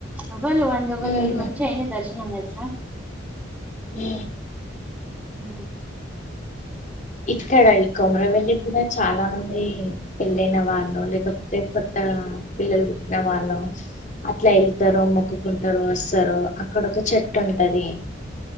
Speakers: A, in the centre; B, on the left.
A: ఎవ్వల్ వంద ఎవ్వల్
B: ఉమ్
A: లేరు మంచిగా అయ్యింది దర్శనం తెలుసా?
B: ఉ
A: ఉ
B: ఇక్కడ ఈ కొమరవెల్లి కూడా చాలా మంది. పెళ్ళైన వాళ్ళు లేకపోతే, కొత్తగా పిల్లలు పుట్టిన వాళ్ళో అట్లా వెళ్తారు మొక్కుకుంటారు. వస్తారు, అక్కడ ఒక చెట్టు ఉంటది.